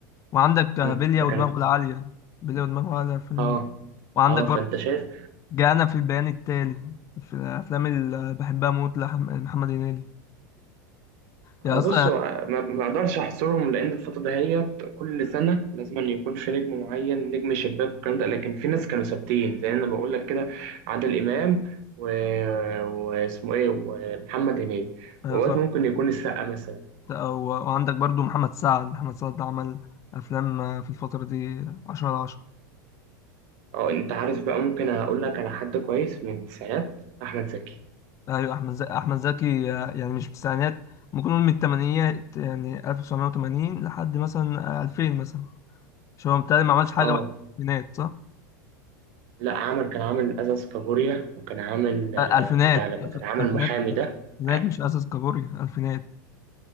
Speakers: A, on the left; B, on the right.
A: وعندك
B: مم،
A: آه، بلية
B: فكانت
A: ودماغه العاليه بلية ودماغه العاليه فيلم
B: اه
A: وعندك
B: اه
A: برضه
B: فانت شايف
A: جانا في البيان التالي في الافلام اللي بحبها موت لحم- لمحمد هنيدي يا
B: آه،
A: اصلا
B: بص ما ما اقدرش احصرهم لان الفتره دهيت كل سنه لازم أن يكون في نجم معين نجم شباك والكلام ده لكن في ناس كانوا ثابتين زي انا بقول لك كده عادل امام و... واسمه ايه ومحمد هنيدي
A: ايوه
B: واوقات
A: صح
B: ممكن يكون السقا مثلا
A: أو- وعندك برضه محمد سعد محمد سعد عمل افلام آه، في الفتره دي 10 على 10
B: اه انت عارف بقى ممكن اقول لك على حد كويس من التسعينات احمد زكي
A: ايوه احمد زكي احمد زكي آه، يعني مش في التسعينات ممكن نقول من الثمانينات يعني 1980 لحد مثلا آه، 2000 مثلا مش هو بالتالي ما عملش حاجه
B: اه
A: بعد الثمانينات صح
B: لا عمل كان عامل ازاز كابوريا وكان عامل آه،
A: الفينات
B: بتاع لما
A: ألف-
B: كان عامل
A: الفينات
B: محامي ده
A: الفينات
B: آه،
A: مش اساس كابوريا الفينات